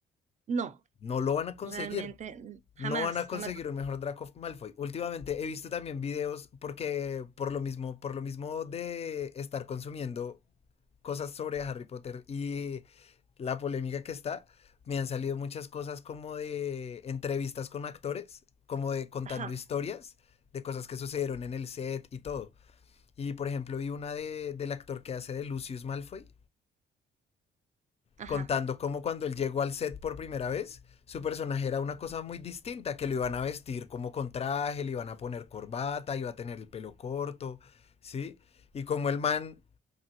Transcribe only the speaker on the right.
No,
realmente, jamás,
jamás.
Ajá,
ajá.